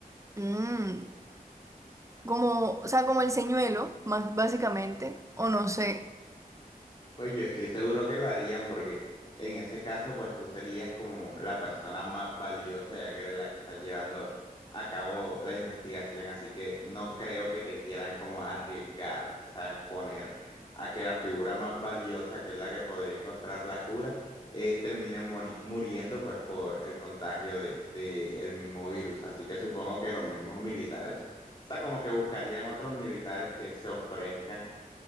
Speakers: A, on the right; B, on the left.
A: mm, como, o sea, como el señuelo, más básicamente, o no sé.
B: Pues yo estoy seguro que lo harían porque en ese caso pues tú serías como la persona más valiosa ya que eres la que estás llevando a cabo la investigación, así que no creo que te quieran como arriesgar, ¿sabes? Poner a que la figura más valiosa, que es la que podría encontrar la cura, eh, termine mori- muriendo pues por el contagio de, de el mismo virus, así que supongo que los mismos militares, o sea, como que buscarían otros militares que se ofrezcan